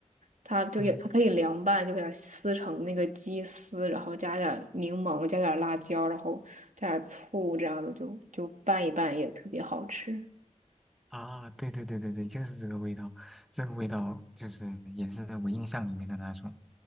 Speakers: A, on the right; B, in the centre.
A: 它就也它可以凉拌，
B: 嗯
A: 就给它撕成那个鸡丝，然后加点儿柠檬，加点儿辣椒，然后加点儿醋，这样的就就拌一拌也特别好吃。
B: 啊，对对对对对，就是这个味道，这个味道就是也是我印象里面的那种。